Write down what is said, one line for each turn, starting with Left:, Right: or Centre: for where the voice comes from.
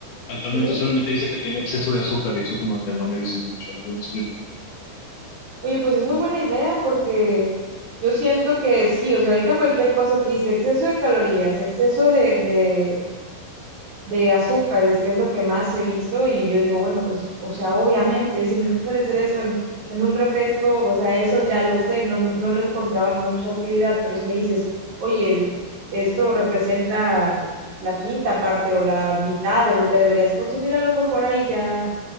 Left: actualmente
Right: ¿Sí?
Left: solamente dice que tiene exceso de azúcar y eso como que no me dice mucho, ¿sí me explico?
Right: Oye, pues es muy buena idea porque yo siento que sí, o sea, ahorita cualquier cosa te dice exceso de calorías, exceso de, de de azúcares, que es lo que más he visto, y yo digo, bueno, pues, o sea, obviamente, si me <laughs> va a aparecer eso en, en un refresco, o sea, eso ya lo sé, no, no lo encontraba mucha utilidad, pero si me dices, oye, esto representa la quinta parte o la mitad de lo que deberías consumir, a lo mejor ahí ya